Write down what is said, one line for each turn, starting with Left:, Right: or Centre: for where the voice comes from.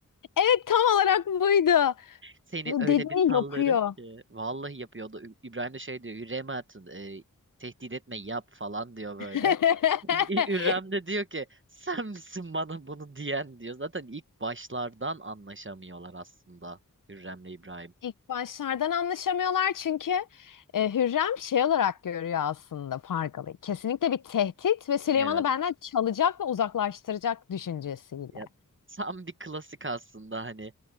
Left: evet tam olarak buydu.
Right: Seni
Left: Bu
Right: öyle
Left: dediğini
Right: bir sallarım
Left: yapıyor.
Right: ki. Vallahi yapıyordu. İbrahim de şey diyor, Hürrem'e atın, e, tehdit etme yap falan diyor böyle.
Left: <laughs>
Right: Ürem de diyor ki sen misin bana bunu diyen diyor. Zaten ilk başlardan anlaşamıyorlar aslında Hürrem'le İbrahim.
Left: İlk başlardan anlaşamıyorlar çünkü e, Hürrem şey olarak görüyor aslında Pargalı. Kesinlikle bir tehdit ve Süleyman'ı
Right: Evet.
Left: benden çalacak ve uzaklaştıracak düşüncesiyle.
Right: Ya, tam bir klasik aslında hani